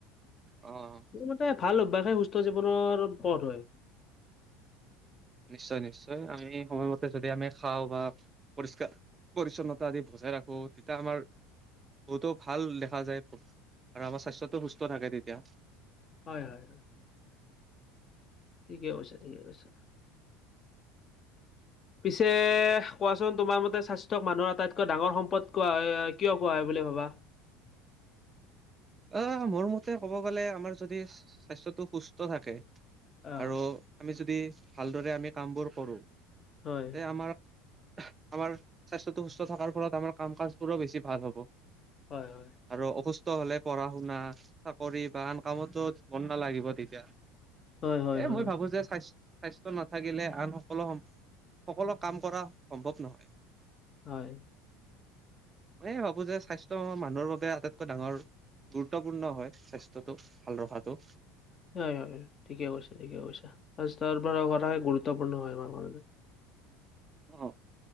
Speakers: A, on the right (about 25°); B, on the left (about 35°).
A: অ'।
B: মোৰ মতে ভাল অভ্যাসে সুস্থ জীৱনৰ পথ হয়।
A: নিশ্চয় নিশ্চয়, আমি সময়মতে যদি আমি খাওঁ বা পৰিষ্কাৰ পৰিচ্ছন্নতা আদি বজাই ৰাখো তেতিয়া আমাৰ। বহুতো ভাল দেখা যায় আৰু আমাৰ স্বাস্থ্যটো সুস্থ থাকে তেতিয়া।
B: হয় হয় হয় ঠিকে কৈছে ঠিকে কৈছে পিছে কোৱাচোন তোমাৰ মতে স্বাস্থ্যক মানুহৰ আটাইতকৈ ডাঙৰ সম্পদ কোৱা হয় কিয় কোৱা হয় বুলি ভাবা?
A: অ মোৰ মতে ক'ব গ'লে আমাৰ যদি স্বাস্থ্যটো সুস্থ থাকে।
B: অ
A: আৰু আমি যদি ভালদৰে আমি কামবোৰ কৰোঁ তে
B: হয়
A: আমাৰ আমাৰ স্বাস্থ্যটো সুস্থ থকাৰ ফলত আমাৰ কাম কাজবোৰো বেছি ভাল হ'ব
B: হয় হয়
A: আৰু অসুস্থ হ'লে পঢ়া শুনা চাকৰি বা আন কামতো মন নালাগিব তেতিয়া
B: হয় হয়
A: এ
B: হয়
A: মই ভাবো যে স্বাস্ স্বাস্থ্য নাথাকিলে আন সকলো সকলো কাম কৰা সম্ভৱ নহয়
B: হয়
A: মই ভাবো যে স্বাস্থ্য মানুহৰ বাবে আটাইতকৈ ডাঙৰ গুৰুত্বপূৰ্ণ হয় স্বাস্থ্যটো ভাল ৰখাটো
B: হয় হয় ঠিকে কৈছে ঠিকে কৈছে ফাৰ্ষ্টৰ পৰা হোৱাটাকে গুৰুত্বপূৰ্ণ হয় আমাৰ কাৰণে
A: অ